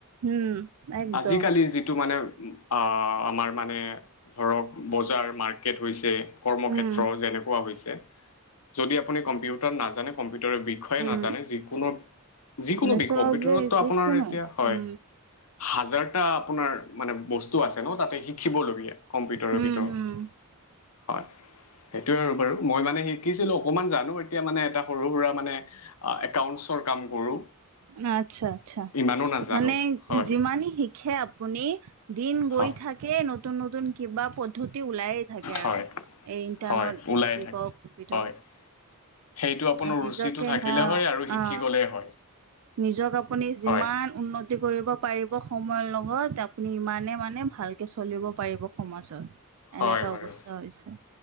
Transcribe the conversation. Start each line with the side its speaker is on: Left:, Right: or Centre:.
Right: উম একদম
Left: আজিকালিৰ যিটো মানে আ, আমাৰ মানে ঘৰক বজাৰ মাৰ্কেট হৈছে কৰ্মক্ষেত্ৰ
Right: উম
Left: যেনেকুৱা হৈছে যদি আপুনি কম্পিউটাৰ নাজানে কম্পিউটাৰৰ বিখয়ে নাজানে
Right: উম
Left: যিকোনো যিকোনো
Right: মানে
Left: বিষ
Right: চবে
Left: কম্পিউটাৰততো
Right: যিকোনো
Left: আপোনাৰ এতিয়া হয়।
Right: উম
Left: হাজাৰটা আপোনাৰ মানে বস্তু আছে ন তাতে শিখিবলগী <unintelligible> কম্পিউটাৰৰ
Right: হম
Left: ভিতৰত
Right: হম
Left: হয়। সেটোৱে আৰু বাৰু মই মানে শিকিছিলোঁ অকমান জানো এতিয়া মানে এটা সৰু সুৰা মানে আ, একাউণ্টছৰ কাম কৰোঁ।
Right: না আচ্ছা।
Left: ইমানো
Right: <unintelligible>
Left: নাজানো
Right: মানে
Left: হয়
Right: যিমানে শিখে আপুনি দিন গৈ
Left: হয়
Right: থাক <unintelligible> নতুন নতুন কিবা পদ্ধতি ওলাই থাকে
Left: হয়
Right: আৰু এই ইণ্টাৰনট
Left: হয় ওলাই
Right: <unintelligible>
Left: থাকে
Right: কম্পিউটাৰ
Left: হয় সেইটো আপোনাৰ
Right: হা নিজকে
Left: ৰুচিটো থাকিলে
Right: হা
Left: হয় আৰু শিকি
Right: অ', অ',
Left: গ'লেই হয়
Right: নিজক আপুনি যিমান
Left: হয়
Right: উন্নতি কৰিব পাৰিব সময়ৰ লগত আপুনি ইমানে মানে ভালকে চলিব পাৰিব। সমাচত
Left: হয়
Right: এনেকা
Left: বাৰু
Right: অৱস্থা হৈছে।